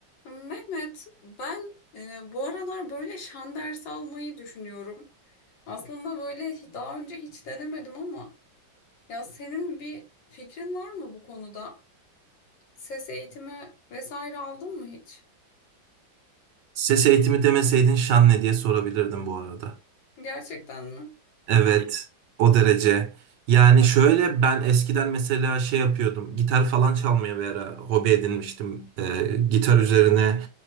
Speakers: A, on the left; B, on the right.
A: Mehmet, ben e, bu aralar böyle şan dersi almayı düşünüyorum. Aslında böyle hi- daha önce hiç denemedim ama ya senin bir fikrin var mı bu konuda? Ses eğitimi vesaire aldın mı hiç?
B: Ses eğitimi demeseydin şan ne diye sorabilirdim bu arada.
A: Gerçekten mi?
B: Evet, o derece. Yani şöyle ben eskiden mesela şey yapıyordum. Gitar falan çalmaya bir ara hobi edinmiştim. Ee, gitar üzerine